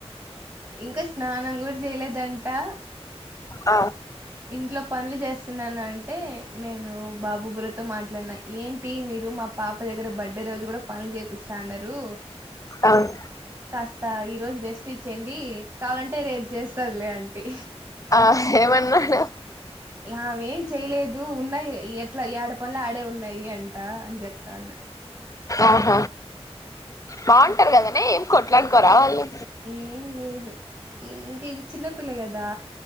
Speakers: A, on the right; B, on the left.
A: ఇంకా స్నానం గుడా చేయలేదం ఆ
B: ఆ
A: ఇంట్లో పనులు చేస్ స్తున్నాను అంటే నేను బాబు బురతో మాట్లాడిన ఏంటి మీరు మా పాప దగ్గర బర్త్డే రోజు గుడా పనులు చేపిస్తా అన్నారు
B: అవునా
A: కాస్త ఈ రోజు రెస్ట్ ఇచ్చేడి కావాలంటే రేపు చేస్తదిలే ఆంటీ
B: ఆ ఏమన్నాడు
A: ఆమె ఏం చెయలేదు ఉన్నాయి ఎట్లా ఏడపనులు ఆడే ఉన్నాయి అంట అని చెప్తాను
B: ఆహ బాగుంటారు
A: అట్
B: కదనే కొట్లాడుకోరా వాళ్ళు
A: ఏం లేదు ఇది చిన్నపిల్ల గదా